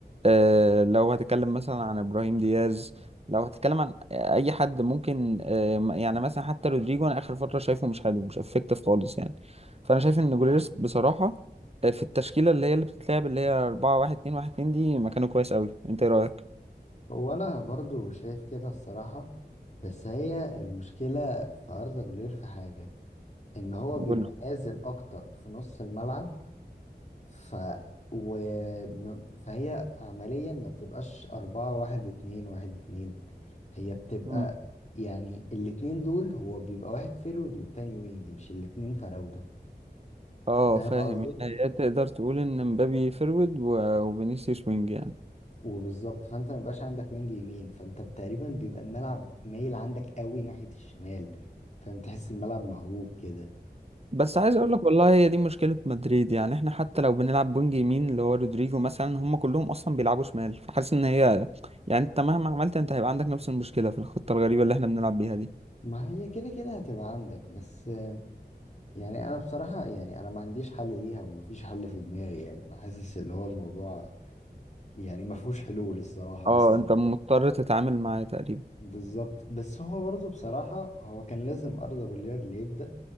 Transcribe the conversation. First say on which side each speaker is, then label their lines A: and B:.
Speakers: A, on the right; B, on the left.
A: آه، لو هتتكلم مثلا عن ابراهيم دياز لو هتتكلم عن اي حد ممكن آه، م- يعني مثلا حتى رودريجو انا اخر فتره شايفه مش حلو مش افكتيف خالص يعني فانا شايف ان جولير بصراحه آه، في التشكيله اللي هي اللي بتتلعب اللي هي 4 1 2 1 2 دي مكانه كويس قوي انت ايه رايك
B: هو انا برضو شايف كده الصراحة بس هي المشكلة في أردا جولير في حاجة ان هو بيبقى
A: قول
B: نازل اكتر في نص الملعب ف و... م- فهي عمليا ما بتبقاش أربعة واحد اتنين واحد اتنين هي بتبقى
A: لي
B: يعني الاتنين دول هو بيبقى واحد فيرود والتاني وينج مش الاتنين فراودة
A: اه
B: فاهم
A: فاهم
B: قصدي؟
A: يعني هي تقدر تقول ان مبابي فيرود و- وفينيسيوس وينج يعني
B: وبالظبط فانت ما بيبقاش عندك وينج يمين فانت تقريبا بيبقى الملعب مايل عندك قوي ناحية الشمال فاهم تحس الملعب معوج كده
A: بس عايز اقول لك والله هي دي مشكلة مدريد يعني احنا حتى لو بنلعب وينج يمين اللي هو رودريجو مثلا هم كلهم اصلا بيلعبوا شمال فحاسس ان هي يعني انت مهما عملت انت هيبقى عندك نفس المشكلة في الخطة الغريبة اللي احنا بنلعب بيها دي
B: فما هي كده كده هتبقى عندك بس يعني انا بصراحة يعني انا ما عنديش حل ليها ومفيش حل في دماغي يعني انا حاسس اللي هو الموضوع يعني ما فيهوش حلول الصراحة
A: اه
B: بس
A: انت مضطر تتعامل معاه تقريبا
B: بالظبط بس هو برضه بصراحة هو كان لازم أردا جولير اللي يبدأ